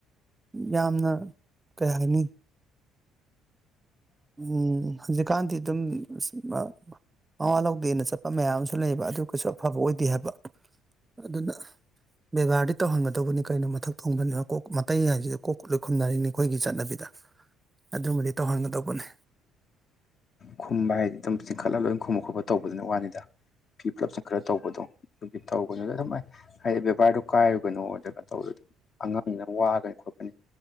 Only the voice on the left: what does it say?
ꯈꯨꯝꯕ ꯍꯥꯏꯗꯤ ꯑꯗꯨꯝ ꯆꯤꯡꯈꯠꯂ ꯂꯣꯏꯝ ꯈꯨꯝꯕ ꯈꯣꯠꯄ ꯇꯧꯕꯗꯨꯅ ꯋꯥꯅꯤꯗ ꯐꯤ ꯄꯨꯂꯞ ꯆꯤꯡꯈꯠꯂ ꯇꯧꯕꯗꯣ ꯑꯗꯨꯒꯤ ꯇꯧꯒꯅꯨꯗ ꯑꯗꯨꯝ ꯍꯥꯏ ꯍꯥꯏꯗꯤ ꯕꯦꯕꯥꯔꯗꯣ ꯀꯥꯏꯔꯨꯒꯅꯨ ꯑꯗꯨꯒ ꯇꯧꯕꯗ ꯑꯉꯥꯡꯅꯤꯅ ꯋꯥꯒꯅꯤ ꯈꯣꯠꯀꯅꯤ